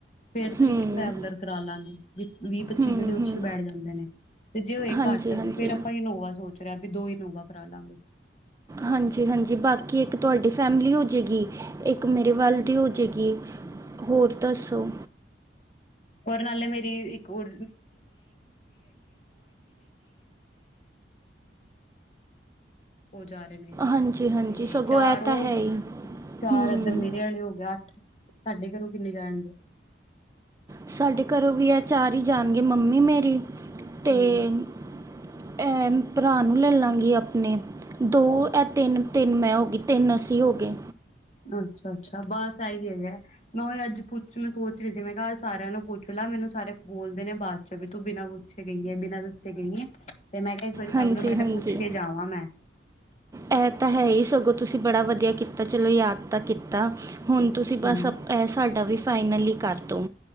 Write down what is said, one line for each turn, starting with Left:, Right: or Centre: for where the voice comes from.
Left: ਫੇਰ ਤਾਂ
Right: ਹੂੰ
Left: ਇੱਕ ਟਰੈਵਲਰ ਕਰਾ ਲਾਂਗੇ ਵੀ ਵੀਹ ਪੱਚੀ
Right: ਹੂੰ
Left: ਜਣੇ ਉਸ
Right: ਹੂੰ
Left: ਚ ਬੈਠ ਜਾਂਦੇ ਨੇ, ਤੇ ਜੇ ਹੋਏ
Right: ਹਾਂਜੀ
Left: ਘੱਟ
Right: ਹਾਂਜੀ
Left: ਫੇਰ ਆਪਾਂ ਇਨੋਵਾ ਸੋਚ ਰਹੇ ਆ! ਦੋ <unintelligible> ਨੋਵਾ ਕਰਾ ਲਾਂਗੇ!
Right: ਹਾਂਜੀ ਹਾਂਜੀ ਬਾਕੀ ਇੱਕ ਤੁਹਾਡੀ ਫੈਮਿਲੀ ਹੋਜੇ ਏਗੀ ਇੱਕ ਮੇਰੇ ਵੱਲ ਦੀ ਹੋਜੇ ਏਗੀ ਹੋਰ ਦੱਸੋ।
Left: ਨਾਲ਼ੇ ਮੇਰਇਕ ਓਹ ਜਾ ਰਹੇ ਨੇ
Right: ਹਾਂਜੀ ਹਾਂਜੀ
Left: ਤੇ
Right: ਸਗੋਂ
Left: ਚਾਰ
Right: ਇਹ
Left: ਉਹ
Right: ਤਾਂ ਹੈ ਹੀ
Left: ਚਾਰ
Right: ਹੂੰ
Left: ਇੱਧਰ ਮੇਰੇ ਆਲੇ ਹੋ ਗਏ ਅੱਠ ਤੁਹਾਡੇ ਘਰੋਂ ਕਿੰਨੇ ਜਾਣਗੇ।
Right: ਸਾਡੇ ਘਰੋਂ ਵੀ ਹੈ ਚਾਰ ਹੀ ਜਾਣਗੇ ਮੰਮੀ ਮੇਰੀ। ਤੇ
Left: ਹੂੰ।
Right: ਇਹ ਭਰਾ ਨੂੰ ਲੈ ਲਾਂਗੀ ਆਪਣੇ ਦੋ ਇਹ ਤਿੰਨ, ਤਿੰਨ ਮੈਂ ਹੋ ਗਈ ਤਿੰਨ ਅਸੀ ਹੋ ਗਏ।
Left: ਅੱਛਾ ਅੱਛਾ ਬਸ ਇਹੀ ਹੈਗਾ ਮੈਂ ਉ ਅੱਜ ਪੁੱਛ ਮ ਸੋਚ ਰਹੀ ਸੀ ਮੈਂ ਕਿਹਾ ਸਾਰਿਆਂ ਨੂੰ ਪੁੱਛ ਲੈ ਮੈਨੂੰ ਸਾਰੇ ਬੋਲਦੇ ਨੇ ਬਾਅਦ ਚ ਵੀ ਤੂੰ ਬਿਨਾਂ ਪੁੱਛੇ। ਗਈਏ ਬਿਨਾਂ ਦੱਸੇ ਗਈਏ ਤੇ ਮੈਂ ਕਿਹਾ ਇਸ ਵਾਰੀ
Right: ਹਾਂਜੀ
Left: ਸਭ ਨੂੰ ਪਹਿਲਾ
Right: ਹਾਂਜੀ
Left: ਪੁੱਛ ਕੇ ਜਾਵਾਂ ਮੈਂ।
Right: ਇਹ ਤਾਂ ਹੈ ਹੀ ਸਗੋਂ ਤੁਸੀਂ ਬੜਾ ਵਧੀਆ ਕੀਤਾ ਚਲੋ ਯਾਦ ਤਾਂ ਕੀਤਾ। ਹੁਣ ਤੁਸੀਂ ਬਸ
Left: ਹੂੰ
Right: ਇਹ ਸਾਡ, ਵੀ ਫਾਈਨਲ ਕਰਦੋ